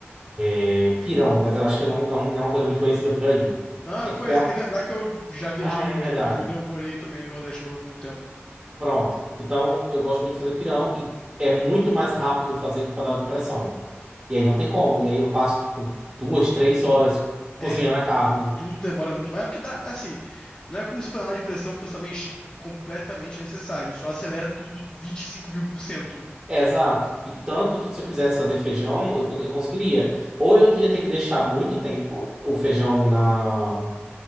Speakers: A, on the right; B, on the left.
A: É pirão, mas eu acho que não é, um- não é uma coisa muito conhecida por aí.
B: Não, eu
A: É tipo,
B: conheço.
A: é a-
B: Tem que lembrar que eu já viajei
A: ah,
B: muito
A: é verdade.
B: na minha vida. Eu morei também no Nordeste por um tempo.
A: Pronto. Então, eu gosto muito de fazer pirão e é muito mais rápido fazer com panela de pressão. E aí não tem como. E aí eu passo, tipo, duas, três horas cozinhando
B: É,
A: a carne.
B: tu- tudo demora muito mais. É porque dá, assim, não é como se panela de pressão fosse também est- completamente necessário. Só acelera tudo vinte e cinco mil por cento, né?
A: É, exato. Tipo, tanto que se eu quisesse fazer feijão, eu, pod- eu conseguiria. Ou eu ia ter que deixar muito tempo o feijão na,